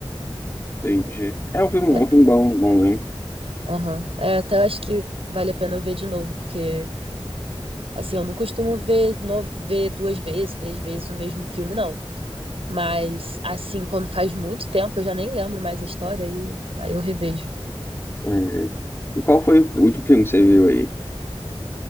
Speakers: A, on the left (about 25°); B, on the right (about 70°).
A: Entendi. É um filme,
B: Eu até-
A: um filme bom, bonzinho.
B: Aham. É, até acho que vale a pena eu ver de novo, porque, assim, eu não costumo ver, no... ver duas vezes, três vezes o mesmo filme, não. Mas, assim, quando faz muito tempo, eu já nem lembro mais a história, aí eu, aí eu revejo.
A: Entendi. E qual foi o último filme que você viu aí?